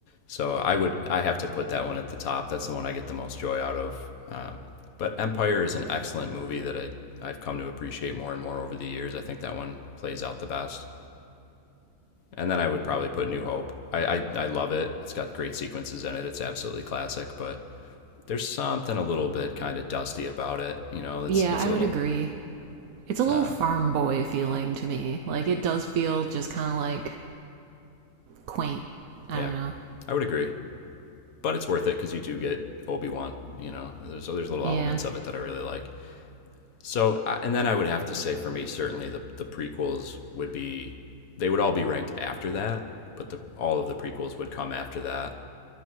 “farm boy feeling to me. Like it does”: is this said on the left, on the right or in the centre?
Right